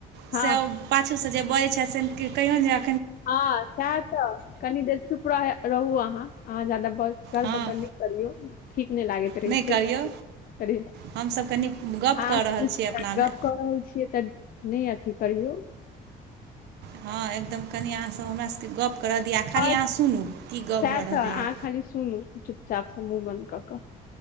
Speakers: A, on the right; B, on the left.
A: से
B: हँ
A: ओ पाछूसे जे बजैत छथि से कहियो जा
B: ह सेहे त कनी देर जे चुप रहै रहू अहाँ अहाँ जादा धर
A: हँ
B: पकर नहि करियौ ठीक नहि लागैत रहय
A: नहि करिऔ
B: छैक कर
A: हमसब कनि गप
B: ह
A: कऽ रहल
B: गप
A: छी अपनामे
B: कऽ रहल छियै तऽ <unintelligible> नहि अथी करियौ
A: हँ एकदम कनि अहाँसँ हमरासकेँ गप करऽ दिअ खाली
B: आ
A: अहाँ सुनू कि गप
B: सह
A: भऽ रहलैए
B: त अहाँ खाली सुनू चापसँ मुूँह बन्द क कऽ